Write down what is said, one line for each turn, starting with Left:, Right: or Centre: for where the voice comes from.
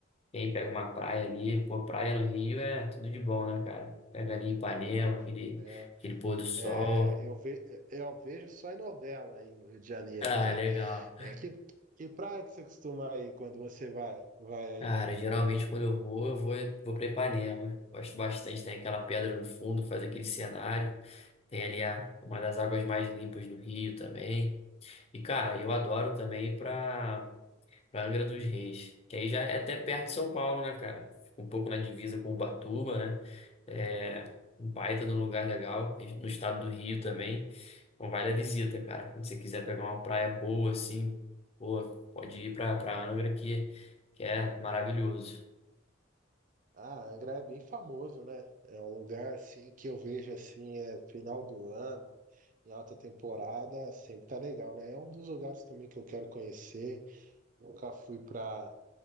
Left: quem pega uma praia ali, pô, praia no Rio é tudo de bom, né, cara? Pega ali Ipanema,
Right: Pô,
Left: aquele,
Right: É,
Left: aquele pôr do sol.
Right: é,
Left: <laughs>
Right: eu, ve, eu vejo só em novela aí o Rio de Janeiro,
Left: Ah,
Right: cara.
Left: legal.
Right: É que, que praia que você costuma aí quando você vai, vai aí?
Left: Cara, geralmente quando eu vou, eu vou, vou pra Ipanema. Gosto bastante, tem aquela pedra no fundo, faz aquele cenário. Tem ali a, uma das águas mais limpas do Rio também. E, cara, eu adoro também ir para pra Angra dos Reis, que aí já é até perto de São Paulo, né, cara? Fica um pouco na divisa com Ubatuba, né? É um baita de um lugar legal, no estado do Rio também. Então vale a visita, cara. Quando você quiser pegar uma praia boa, assim, pô, pode ir para para Angra que, que é maravilhoso.
Right: Ah, Angra é bem famoso, né? É um lugar assim que eu vejo assim, é final do ano, em alta temporada, sempre tá legal, né? É um dos lugares também que eu quero conhecer. Nunca fui pra,